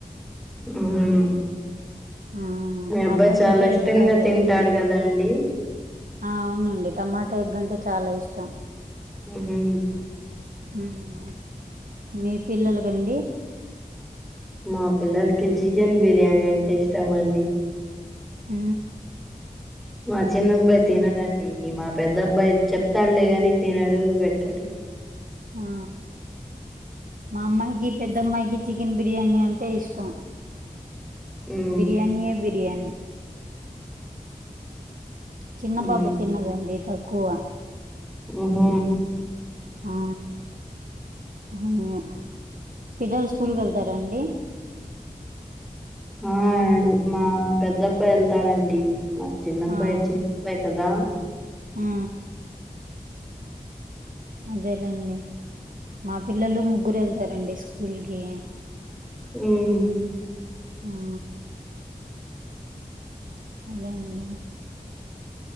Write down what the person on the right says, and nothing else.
ఆ,
మా
అబ్బాయికి
అయితే
ఇంకా అదే
ఇష్టం
ఆ అవునండి టమాటా ఎగ్ అంటే చాలా ఇష్టం
ఉమ్ మీ పిల్లలకండి
ఉ
ఆ మా అమ్మాయికి పెద్దమ్మాయికి చికెన్ బిర్యానీ అంటే ఇష్టం
బిర్యానీయే బిర్యానీ చిన్న
పాప తిన్నదండి తక్కువ
ఆ అ పిల్లలు స్కూల్ కెళ్తారా అండి
ఆ
ఆ దేలేండి మా పిల్లలు ముగ్గురెళ్తారండి స్కూల్ కి
ఉం అదెండి